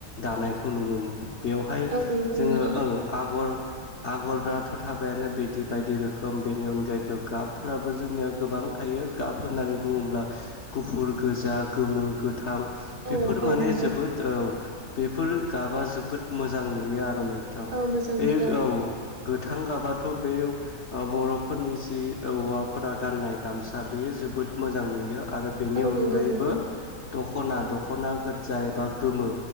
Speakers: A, on the left; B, on the right.
A: दानायखौ नुनो मोनो। बेवहाय
B: औ नंगौ
A: जोङोओ
B: नोंथां
A: आगर आगराथ'था बायानो बिदि बायदि रोखोम बेनि अनगायैबो गाबफोराबो जोंनियाव गोबां थायो गाब होननानै बुङोब्ला गुफुर गोजा गोमो गोथां। बेफोर
B: औ औ
A: माने
B: नंगौ
A: जोबोद औ बेफोर गाबा जोबोद मोजां नुयो आ औ नोंथां
B: औ मोजाङै
A: बे औ गोथां गाबाथ' बे बरफोरनि जि हौवाफोरा गाननाय गामसा बेयो जोबोद मोजां नुयो आरो बेनि
B: औ
A: अनगायैबो
B: नंगौ नोंथां
A: दख खना दखना गोजा एबा गोमो